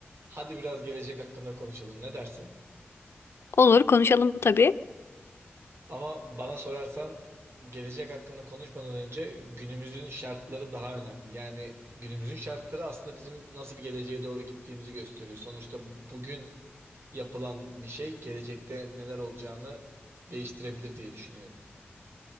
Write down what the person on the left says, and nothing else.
Olur konuşalım tabii.